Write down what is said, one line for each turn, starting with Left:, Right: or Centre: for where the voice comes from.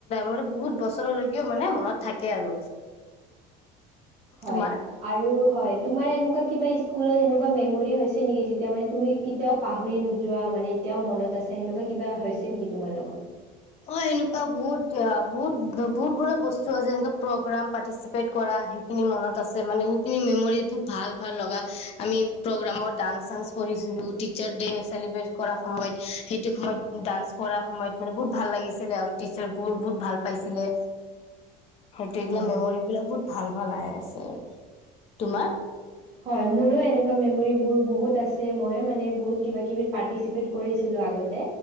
Left: মানে বহুত বছৰলৈকেও মানে মনত থাকে আৰু।
Right: হয়।
Left: তোমাৰ
Right: আৰু হয় তোমাৰ এনেকুৱা কিবা স্কুলত এনেকুৱা মেমৰি হৈছে নেকি যেতিয়া মানে তুমি কেতিয়াও পাহৰি নোযোৱা মানে এতিয়াও মনত আছে সেনেকুৱা কিবা হৈছে নেকি তোমাৰ লগত।
Left: অ', বহুত বহুত বহুত বুৰা আছে এনে প্ৰগ্ৰাম পাৰিচপেট কৰা সেইখিনি মনত আছে মানে সেইখিনি মেমৰি বহুত ভাল ভাল লগা আমি প্ৰগ্ৰামত চান্স কৰিছিলোঁ টিচাৰছ চেলিব্ৰেট কৰা সময়ত সেইটো সময়ত ডান্স কৰাৰ সময়ত মানে বহুত ভাল লাগিছিলে আৰু টিচাৰ বোৰ বহুত ভাল পাইছিলে সেইটো এইগিলা
Right: হয়।
Left: মেমৰিবলাক বহুত ভাল ভাল আহ আছে আৰু তোমাৰ।
Right: হয় মোৰো এনেকুৱা মেমৰি বোৰ বহুত আছে মই মানে বহুত কিবা -কিবি পাৰ্টিচেপিত কৰিছিলোঁ আগতে